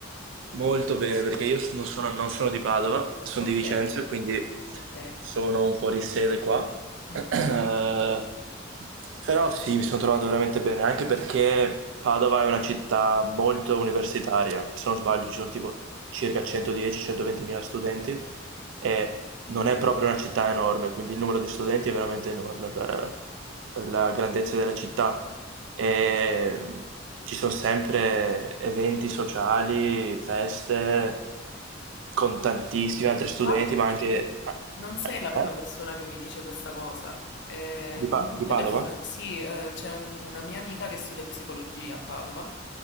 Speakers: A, on the right; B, on the left.
A: molto bene perché io non sono, non sono di Padova, sono
B: Ok.
A: di Vicenza, quindi
B: Okay.
A: sono un fuorisede qua.
B: Mh-mh.
A: <clears throat> Eh, Però sì, mi sono trovato veramente bene, anche perché Padova è una città molto universitaria. Se non sbaglio, ci sono tipo circa 110-120 mila studenti e non è proprio una città enorme, quindi il numero di studenti è veramente enorme per per la grandezza della città e ci sono sempre eventi sociali, feste con tantissimi altri studenti,
B: Infatti
A: ma anche...
B: non sei la prima
A: Eh?
B: persona che mi dice questa cosa. Eh,
A: Di,
B: molte
A: Pa- di Padova?
B: perso sì, ehm, c'è una mia amica che studia psicologia a Padova